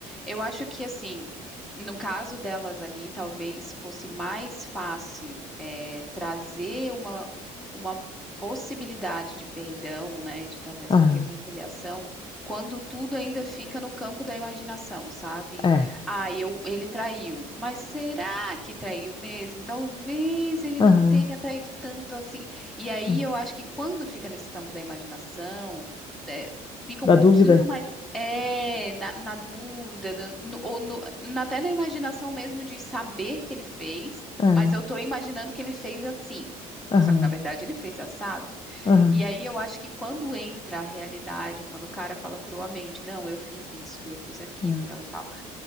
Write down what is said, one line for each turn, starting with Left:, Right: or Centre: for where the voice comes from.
Centre: eu acho que assim, no caso delas ali, talvez fosse mais fácil é, trazer uma, uma possibilidade de perdão, né? De talvez
Left: Aham,
Centre: uma reconciliação, quando tudo ainda fica no campo da imaginação, sabe?
Left: é.
Centre: Ah, eu, ele traiu. Mas será que traiu mesmo? Talvez ele
Left: Aham.
Centre: não tenha traído tanto assim. E aí
Left: é.
Centre: eu acho que quando fica nesse campo da imaginação, é, fica
Left: Da
Centre: um pouquinho
Left: dúvida?
Centre: mais. É, na, na dúvida, da- no- ou no- na- até na imaginação mesmo de saber que ele fez,
Left: É.
Centre: mas eu tô imaginando que ele fez assim.
Left: Aham.
Centre: Só que na verdade ele fez assado.
Left: Aham.
Centre: E aí eu acho que quando entra a realidade, quando o cara fala cruamente, não, eu fiz isso, eu fiz aquilo
Left: é.
Centre: e tal, tal. tal,